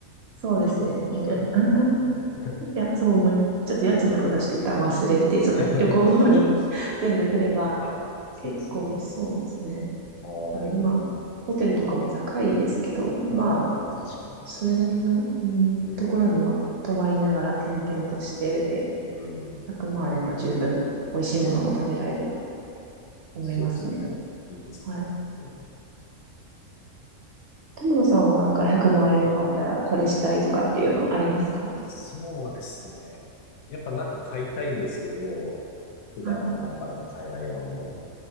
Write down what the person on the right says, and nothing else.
そうですね。
そのや、
<laughs>
いや、そう思います。ちょっと家賃のことはちょっと一旦忘れて、
その旅行の方に
<laughs> 全部振れば、
結構そうですね。
まあ、今、ホテルとかも高いですけど、
まあ、
それなりの、
うん、
ところには泊まりながら転々としてで、
100万あれば十分美味しいものも食べられると
思いますね。
はい。
友野さんはなんか100万円あったらこれしたいとかっていうのありますか
はい。